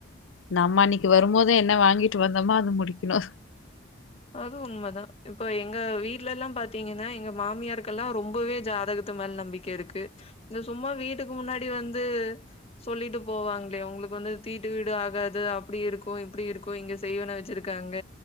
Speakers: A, on the left; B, on the left.
A: நம்ம அன்னைக்கு வருபோது என்ன வாங்கி கிட்டு வந்தமா அது முடிக்கணு
B: அது உண்மதா இப்ப எங்க வீட்ல எல்லா பாத்தீங்கன்னா எங்க மாமியாருக்கெல்லா ரொம்பவே ஜாதகத்து மேல நம்பிக் கே இருக்கு இந்த சும்மா வீட்டுக்கு முன்னாடி வந்து சொல்லிட்டு போவாங்ளே உங்களுக்கு வந்து தீட்டு வீடு ஆகாது அப்டி இருக்கு இப்டி இருக்கு இங்க செய்வன வச்சிருக்காங்க